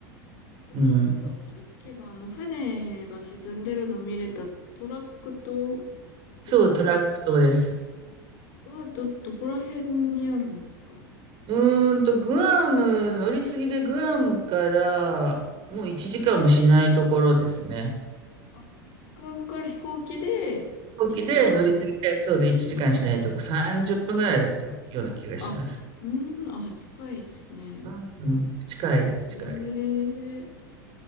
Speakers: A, on the left; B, on the right.
A: そのと、
B: うん。
A: さっきのあの船が沈んでるの見れたトラック島ですか
B: そう、トラック島です。
A: は、ど、どこら辺にあるんですか
B: うーんと、グアム、乗り継ぎでグアムから、もう1時間もしないところですね。
A: あ、グアムから飛行機で1時間。
B: 飛行機で乗り継ぎで、そうで1時間しないとこ30分ぐらいだったような気がします。
A: あ、うん、あ、近いですね。
B: うん、うん近いです、
A: へえ。
B: 近い。